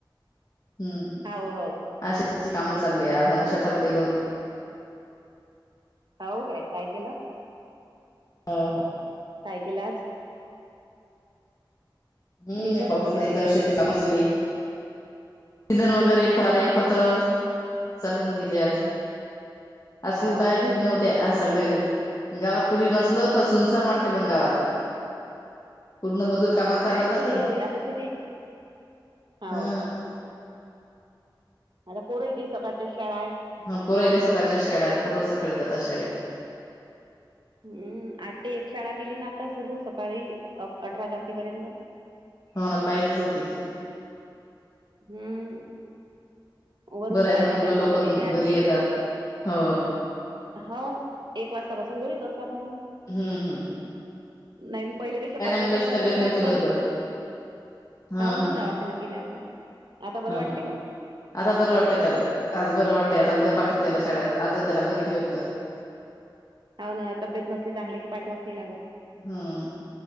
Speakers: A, on the left; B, on the right.
A: हम्म
B: हाव हाव
A: आ शेताची कामं चालली आज आम्ही शेतामध्ये गेलो होतो
B: हौ काय काय केलं
A: ह
B: काय केलं आज
A: हम्
B: निंदन
A: पाऊस
B: होतं काय
A: नाही तर शेतीच्यामचली इंधन वगैरे फवारे
B: हो
A: खतं
B: ना हो ना
A: चालवून गेले आज आज
B: हाव
A: <unintelligible> बाया घरी नव्हते आज
B: हाव
A: सगळे
B: हो
A: गावात कुठ नसल तर सुनसान वाटते पण गावात पूर्ण मजूर कामा चालला
B: आहेच
A: जाते
B: तसं आता शेती हाव
A: हम
B: हाव आता पोरं <unintelligible> सकाळच्या शाळायत
A: हा पोरायले सकाळच्या शाळेत पोरं सकाळी जातात शाळेत
B: हम्म आठ ते एक शाळा केली ना आता सुरू सकाळी अठरा तारखेपर्यंत
A: हो न पाहिजेच होती
B: हम्म वरूनच
A: बरंय
B: आदेश
A: ना मुलं
B: आला
A: लवकर
B: होता तेले
A: मग
B: आठ
A: घरी
B: ते
A: येतात हो
B: हो एक वाजतापासून घरीच असतात मग
A: हम्म हम्
B: नाही पहिले कसे पाच वाजेपर्यंत
A: मुलाची तब्येत नव्हती
B: आत जात
A: बरोबर हा
B: हौ ना
A: हा
B: दवाखान्यात गेल्या होत्या आता बरं
A: ह
B: वाटते मग
A: आता बरं वाटतंय त्याला आज बरं वाटतंय आता उद्या पाठवीन त्याला शाळेत आज त्याला घरी ठेवलवतं
B: हा ना तब्येत नसली चांगली की पाठवच नाही लागत
A: हम्